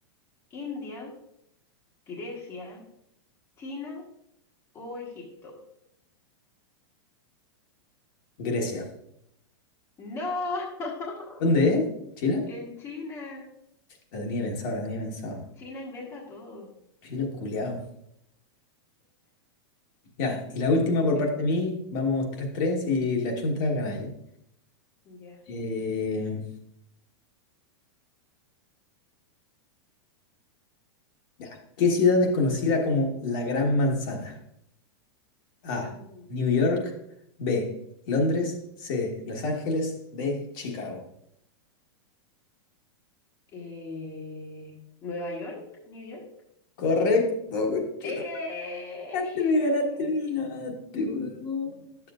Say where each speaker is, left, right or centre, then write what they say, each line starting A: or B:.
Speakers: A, on the left; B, on the left.
A: ¿India, Grecia, China o Egipto?
B: Grecia.
A: ¡No! <laughs>
B: ¿Dónde es? ¿China?
A: En China.
B: La tenía pensada, la tenía pensada.
A: China inventa todo.
B: Chino culiao. Ya, y la última
A: <laughs>
B: por parte de mí, vamos tres tres y la chunta gana ahí.
A: Ya.
B: Eh, ya. ¿Qué ciudad es conocida como la Gran Manzana? A.
A: Mm.
B: New York. B. Londres. C. Los Ángeles. D. Chicago.
A: Eh, ¿Nueva York? ¿New York?
B: Correcto, conchito.
A: ¡Eh!
B: Ganaste, me ganaste, me
A: <laughs>
B: ganaste, weón.